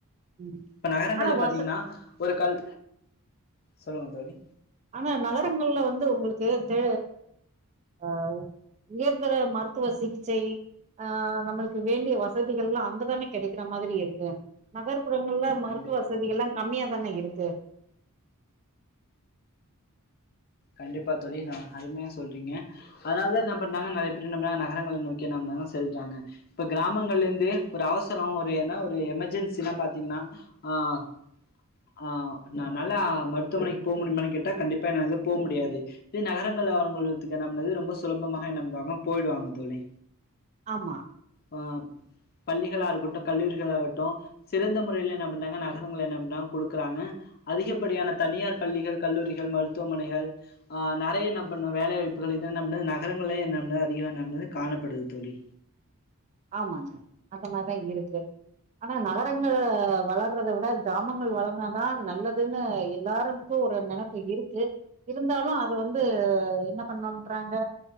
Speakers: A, on the right; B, on the left.
A: ம்
B: இப்ப நகரங்கள்ல
A: ஆனா
B: பாத்தீங்கன்னா
A: வச
B: ஒரு கல் சொல்லுங்க தோழி
A: ஆனா நகரங்கள்ல வந்து உங்களுக்கு து ஆஹ் உயர்தர மருத்துவ சிகிச்சை ஆஹ் நம்மளுக்கு வேண்டிய வசதிகள் எல்லாம் அங்கதானே கிடைக்கிற மாதிரி இருக்கு நகர்ப்புறங்களல மருத்துவ
B: கண்டிப்பா
A: வசதிகள்
B: தோழி
A: எல்லாம் கம்மியா தானே இருக்கு து
B: கண்டிப்பா தொழி ஹான் அருமையா சொல்றீங்க அதனாலதான் என்ன பண்ாங்க நிறைய பேர் நம்மள நகரங்கள நோக்கி நம்மனா செல்றாங்க இப்ப கிராமங்கள்ல இருந்து ஒரு அவசரம் ஒரு ஏன்னா ஒரு எமெர்ஜென்சனா பார்த்தீங்கன்னா ஆஹ் ஆஹ் ந நல்லா மருத்துவமனைக்கு போக முடியுமான்னு கேட்டா கண்டிப்பா என்னது போமுடியாது இதே நகரங்கள வங்கதுக்கு என்ன பண்ணுது ரொம்ப சுலபமாக என் நம்படுவாங்க போயிடுவாங்க தோழி
A: ஆமா
B: இப்போ பள்ளிகளாருக்கட்டும் கல்லூரிகளாகட்டும் சிறந்த முறையில் என்ன பண்றாங்க நகரங்க என்ன பண்றாங்க கொடுக்குறாங்க அதிகப்படியான தனியார் பள்ளிகள் கல்லூர மருத்துவமனைகள் அஹ் நிறைய என்ன பண்ணும் வேலைவாய்ப்புகள் நகரங்கள்ல என்ன அதிம் என்ன காணப்படுது தொழி
A: ஆமாங்க அந்த மாதிரிதான் இருக்கு ஆனா நகரங்க வளர்றத விட கிராமங்கள் வளர்ந்தாதான் நல்லதுன்னு எல்லாருக்கும் ஒரு நினைப்பு இருக்கு இருந்தாலும் அத வந்து என்ன பண்ணறாங்க